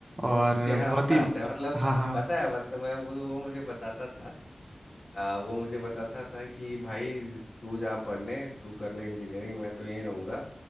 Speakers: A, on the right (about 35°); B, on the left (about 60°).
A: और
B: <laughs> क्या
A: बहुत
B: बात
A: ही
B: है मतलब
A: हाँ हाँ
B: पता है मतलब मैं वो वो मुझे बताता था आ, वो मुझे बताता था कि भाई तू जा पढ़ने तू कर ले इंजीनियरिंग मैं तो यहीं रहूंगा